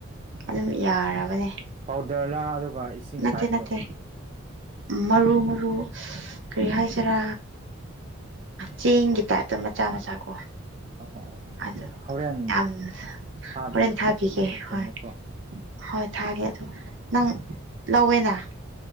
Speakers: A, on the right; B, on the right.
A: ꯍꯣꯏ
B: ꯑꯗꯨꯝ ꯌꯥꯔꯕꯅꯦ
A: ꯄꯥꯎꯗꯔꯂꯥ ꯑꯗꯨꯒ ꯏꯁꯤꯡ
B: ꯅꯠꯇꯦ
A: ꯇꯥꯏꯞꯔꯣ
B: ꯅꯠꯇꯦ ꯃꯔꯨ ꯃꯔꯨ ꯀꯔꯤ
A: ꯑꯣ
B: ꯍꯥꯏꯁꯤꯔꯥ ꯆꯦꯡꯒꯤ ꯇꯥꯏꯞꯇ ꯃꯆꯥ ꯃꯆꯥ ꯀꯣ
A: ꯑꯣ ꯑꯣ
B: ꯑꯗ
A: ꯍꯣꯔꯦꯟ
B: ꯌꯥꯝ
A: ꯊꯥꯕꯤꯌꯨ
B: ꯍꯣꯔꯦꯟ ꯊꯥꯕꯤꯒꯦ
A: ꯄꯤꯛꯆꯔꯒꯨꯝꯕꯀꯣ
B: ꯍꯣꯏ ꯍꯣꯏ ꯊꯥꯒꯦ ꯑꯗꯣ ꯅꯪ ꯂꯧꯋꯦꯅ